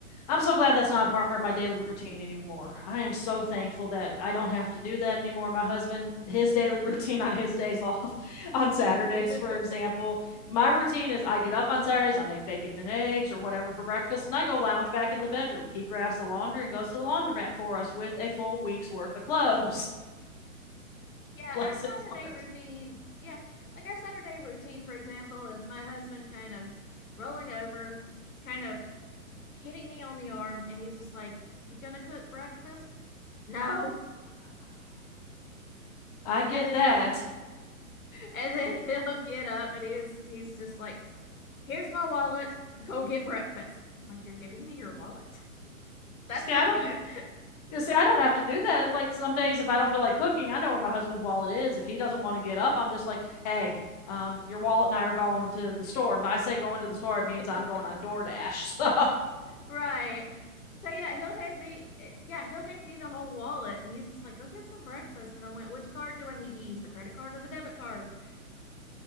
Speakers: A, on the left; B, on the left.
A: I'm so glad that's not a part of my daily routine anymore. I am so thankful that I don't have to do that anymore. My husband, his daily <laughs> routine on his days off, <laughs> on Saturdays,
B: mess out of them.
A: for example,
B: <laughs>
A: my routine is I get up on Saturdays, I make bacon and eggs or whatever for breakfast, and I go lounge back in the bedroom. He grabs the laundry and goes to the laundromat for us with a full week's worth of clothes. <laughs>
B: yeah,
A: Bless
B: our Saturday
A: his heart.
B: routine. Yeah, like our Saturday routine, for example, is my husband kind of rolling over, kind of hitting me on the arm, and he's just like, "You gonna cook breakfast?" No.
A: <laughs> I get
B: And then
A: that.
B: he'll do, and then <laughs> he'll get up, and he's he's just like, "Here's my wallet. Go get breakfast." I'm like, "You're giving me your wallet? That's
A: See,
B: not
A: I don't
B: good."
A: You see, I don't have to do that. It's like some days if I don't feel like cooking, I know where my husband's wallet is. If he doesn't want to get up, I'm just like, hey, um, your wallet and I are going to the store. And by I say going to the store, it means
B: <laughs>
A: I'm going on DoorDash. So
B: Right. So yeah, he'll hand me eh, yeah, he'll hand me the whole wallet and he's just like, "Go get some breakfast." And I went, "Which card do I need to use? The credit card or the debit card?"